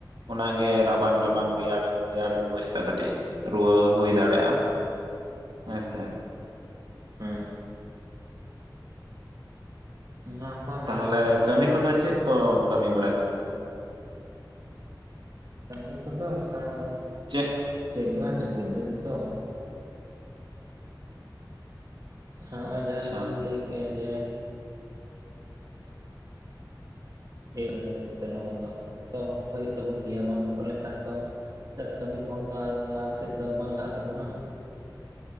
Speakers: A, on the right; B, on the right.
A: ᱚᱱᱟᱜᱮ ᱨᱟᱵᱟᱝ-ᱨᱟᱵᱟᱝ ᱨᱮᱭᱟᱲ ᱨᱮᱭᱟᱲᱤᱧ ᱵᱩᱡ ᱮᱫᱟ ᱠᱟᱹᱴᱤᱡ, ᱨᱩᱣᱟᱹ ᱦᱩᱭ ᱫᱟᱲᱮᱭᱟᱜᱼᱟ ᱦᱮᱸᱥᱮ,
B: ᱦᱩᱸ ᱚᱱᱟ ᱠᱚ ᱢᱟᱱ
A: ᱛᱟᱦᱚᱞᱮ
B: ᱠᱟᱱ
A: ᱠᱟᱹᱢᱤ
B: ᱜᱮᱭᱟ
A: ᱠᱚᱫᱚ
B: ᱟᱨ
A: ᱪᱮᱜᱽ ᱠᱚᱢ ᱠᱟᱹᱢᱤ ᱵᱟᱲᱟᱭᱮᱫᱟ?
B: ᱠᱟᱹᱢᱤ ᱠᱚᱫᱚ ᱚᱱᱠᱟ ᱫᱚ
A: ᱪᱮᱜᱽ
B: <unintelligible> ᱥᱮᱫ ᱛᱚ <unintelligible> ᱡᱟᱦᱟᱸ
A: ᱟᱪᱪᱷᱟ
B: ᱞᱮᱠᱟᱢ ᱞᱟᱹᱭ ᱠᱮᱜᱼᱟ ᱡᱮ ᱲ ᱠᱚᱛᱮ ᱞᱚᱦᱚᱱ ᱱᱚᱜ ᱛᱚ ᱦᱩᱭᱩᱜ ᱛᱟᱵᱚᱱ ᱜᱮᱭᱟ ᱵᱟᱢ ᱞᱚᱦᱚᱫ ᱞᱮᱱᱠᱷᱟᱱ ᱛᱚ ᱪᱟᱥ ᱠᱟᱹᱢᱤ ᱠᱚᱦᱚᱸ ᱛᱚ, ᱟᱨ ᱞᱟᱦᱟᱥᱮᱫ ᱫᱚ ᱵᱟᱝ ᱞᱟᱦᱟᱜ ᱛᱟᱵᱚᱱᱟ,